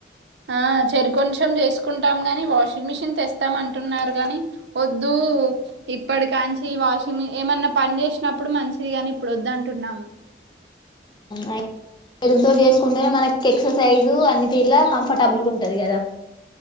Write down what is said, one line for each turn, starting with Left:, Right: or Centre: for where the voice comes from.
Right: ఆ చెరి కొంచెం చేసుకుంటాం గాని వాషింగ్ మిషిన్ తెస్తాం అంటున్నారు గాని వద్దు ఇప్పటికాంచీ ఈ వాషింగ్ ని ఏమన్నా పని చేసినప్పుడు మంచిది కాని ఇప్పుడు వద్ద అంటున్నాము
Left: అ <unintelligible> దుతో చేసుకుంటేనే మనకి ఎక్సర్సైజ్ అన్ని తీరుల కంఫర్టబుల్గా ఉంటది కదా